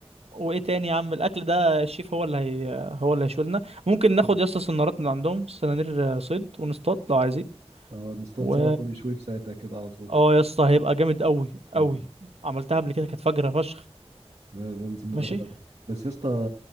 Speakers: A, on the right; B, on the right.
A: وايه تاني يا عم الاكل ده الشيف هو اللي هي هو اللي هيشولنا ممكن ناخد يا اسطى سنارات من عندهم سنانير آه، صيد ونصطاد لو عايزين
B: اه نصطاد
A: و
B: سمك ونشويه في ساعتها كده على طول
A: اه يا اسطى هيبقى جامد قوي قوي
B: اه
A: عملتها قبل كده كانت فجرة فشخ
B: لا لا لازم نجربها
A: ماشي
B: دي بس يا اسطى